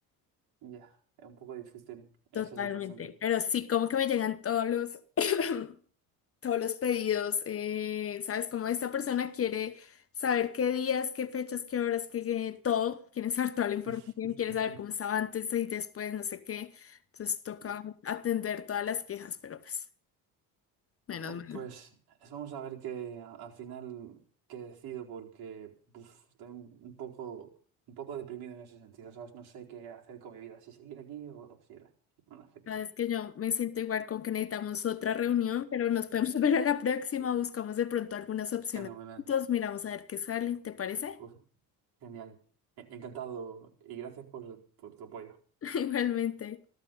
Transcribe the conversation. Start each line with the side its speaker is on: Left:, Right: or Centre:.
Right: ya. Es un poco difícil esa
Left: Totalmente,
Right: situación también.
Left: pero sí, como que me llegan todos los, <coughs> <clears throat> todos los pedidos, eh, ¿sabes? Como esta persona quiere saber qué días, qué fechas, qué horas, qué, qué- todo, quiere saber toda la información,
Right: <laughs>
Left: quiere saber cómo estaba antes y después, no sé qué. Entonces toca
Right: Ya.
Left: atender todas las quejas, pero pues, menos
Right: Oh, Pues
Left: mal.
Right: vamos a ver que a- al final qué decido porque uf, estoy un un poco, un poco deprimido en ese sentido, ¿sabes? No sé qué hacer con mi vida, si seguir aquí o, o si ir- a- no, no sé qué
Left: Sabes
Right: tal.
Left: que yo me siento igual con que necesitamos otra reunión, pero nos podemos <laughs> ver a la próxima, buscamos de pronto algunas opciones
Right: Fenomenal.
Left: juntos, miramos a ver qué sale, ¿te parece?
Right: Pues genial. E- Encantado y gracias por, por tu apoyo.
Left: <laughs> Igualmente.